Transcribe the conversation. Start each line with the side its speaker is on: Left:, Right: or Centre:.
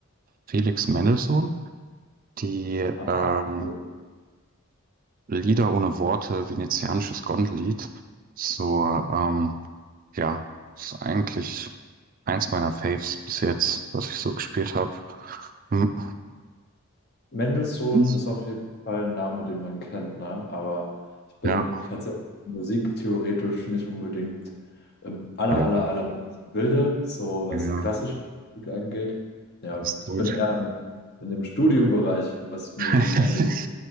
Right: Felix Mendelssohn, die
Left: Ah,
Right: ähm,
Left: cool.
Right: Lieder ohne Worte, venezianisches Gondellied. So, ähm, ja, ist eigentlich Eins meiner Faves bis jetzt, was ich so gespielt habe. Hm,
Left: Mendelssohn
Right: Eins?
Left: ist auf jeden Fall ein Name, den man kennt, ne? Aber ich bin
Right: ja.
Left: tatsächlich musiktheoretisch nicht unbedingt im aller,
Right: Ja,
Left: aller, aller Bilde, so was
Right: ja,
Left: klassische Musik angeht. Ja,
Right: ist
Left: ich
Right: gut.
Left: bin eher in, in dem Studiobereich, was Musik
Right: <laughs>
Left: angeht.